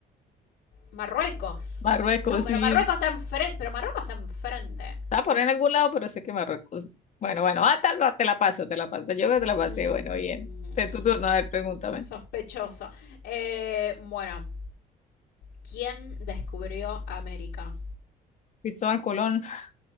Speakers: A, on the left (about 85°); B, on the left (about 45°).
A: Marruecos.
B: Marruecos,
A: No, pero
B: sí.
A: Marruecos está enfrente. Pero Marruecos está enfrente.
B: Está por en algún lado, pero sé que Marruecos. Bueno, bueno, ah, tal, ah, te la paso, te la paso. Yo te la pasé.
A: Mm,
B: Bueno, bien. Te tu turno. A ver, pregúntame.
A: sospechoso. Eh, bueno, ¿quién descubrió América?
B: Cristóbal Colón. <laughs>